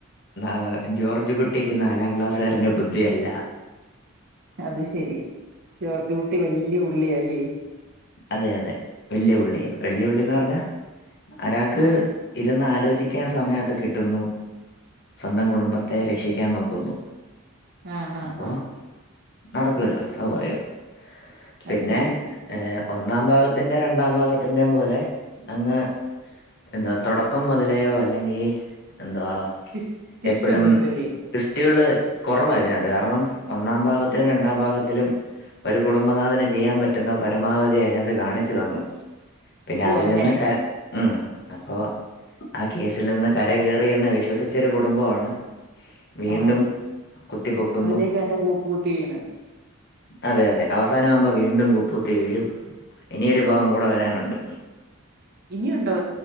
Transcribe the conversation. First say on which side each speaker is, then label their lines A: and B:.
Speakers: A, on the left; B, on the right.
A: നാ ജോർജ് കുട്ടിക്ക് നാലാം ക്ലാസ്സുകാരന്റെ ബുദ്ധിയ. ല്ല
B: അത് ശെരി ജോർജ് കുട്ടി വെല്യ പുള്ളിയാല്ലേ.
A: അതെ യതെ വെല്ല്യ പുള്ളിയ വെല്ല്യ പുള്ളിന്ന് പർഞ്ഞാ അരാക്ക്
B: ആ
A: ഇരുന്നാലോചിക്കാൻ സമയയൊക്കെ കിട്ടുന്നു. സ്വന്തം കുടുംബത്തെ രക്ഷിക്കാൻ നോക്കുന്നു.
B: ആ ആ
A: അപ്പൊ
B: ആ
A: നടക്കുവല്ലോ സ്വാഭാവികം.
B: അത്
A: പിന്നെ
B: ശരി
A: ഏഹ് ഒന്നാം ഭാഗത്തിൻ്റെ രണ്ടാം ഭാഗത്തിൻ്റെം പോലെ അങ്ങ് എന്താ തൊടക്കം മുതലെയോ അല്ലെങ്കി എന്തുവാ
B: ട്വിസ്- ട്വിസ്റ്റ്
A: എപ്പഴും
B: ഒന്നും ഇല്ലല്ലേ
A: ട്വിസ്റ്റുകള് കൊറവായിതിനകത്ത് കാരണം ഒന്നാം ഭാഗത്തിലും രണ്ടാം ഭാഗത്തിലും ഒരു കുടുംബനാഥന് ചെയ്യാം പറ്റുന്ന പരമാവധി അയ്നാത്ത് കാണിച്ച് തന്നു. പിന്നെ
B: ഓ
A: അതിലന്ന്
B: അങ്ങനെ
A: ക ഉം അപ്പോ ആ കേസിൽ നിന്ന് കരകേറി എന്ന് വിശ്വസിച്ചെരു കുടുംബാണ്. വീണ്ടും
B: ആ
A: കുത്തിപൊക്കുന്നു.
B: അതിലേക്ക് തന്നെ കൂപ്പൂത്തി വീണ്
A: അതെ യതെ അവസാനാവുമ്പോ വീണ്ടും കുപ്പൂത്തി വീഴും ഇനിയൊരു ഭാഗം കൂടെ വരാനുണ്ട്.
B: ഇനി യുണ്ടോ